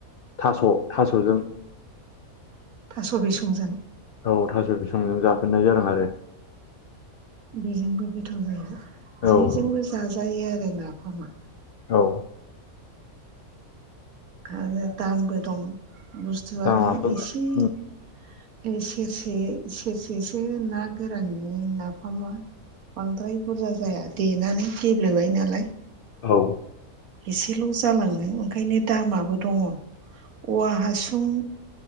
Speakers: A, on the left (about 75°); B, on the right (about 75°).
A: थास' थास'जों
B: थास' बिसंजों
A: औ थास' बिसंजों जाफेरननाय जादों आरो
B: बेजोंबो गोथाव जायो जेजोंबो
A: औ
B: जाजायो आरो नाफामा
A: औ
B: आरो दामबो दं बुस्थुआ
A: दामाथ'
B: नों
A: दा
B: एसे ए सेरसे सेरसेसो ना गोरानल नाफामा बांद्राय बुरजा जाया देनानै गेब्लेबाय नालाय
A: औ
B: एसेल' जालांनो ओंखायनो दामाबो दङ औवा हासुं